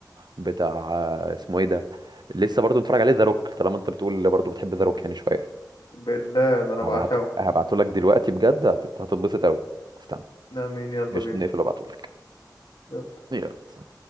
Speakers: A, on the right; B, on the left.
A: بتاع اسمه ايه ده لسه برضو بنتفرج عليه ذا روك طالما انت بتقول برضو بتحب ذا روك يعني شويه
B: بالله ده انا
A: هبعت
B: بعشقه
A: هبعته لك دلوقتي بجد هت- هتتبسط قوي استنى
B: لا مين يلا
A: مش
B: بينا
A: نقفل وابعته لك
B: يلا
A: يلا سلام.